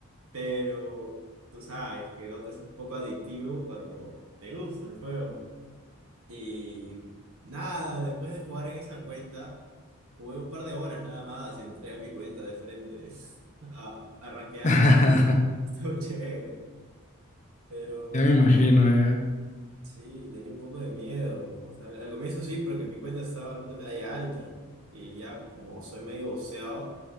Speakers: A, on the right (about 85°); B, on the left (about 35°).
A: pero tú sabes que Dota es un poco adictivo cuando te gusta el juego. Y nada, después de jugar en esa cuenta, jugué un par de horas nada más y entré a mi cuenta de frente <laughs> a, a rankear.
B: <laughs>
A: Este, <laughs> estuvo chévere. Pero
B: Ya me imagino, ya.
A: sí, tenía un poco de miedo. O sea, al al comienzo sí, porque mi cuenta estaba en una medalla alta. Y ya, como soy medio boceado,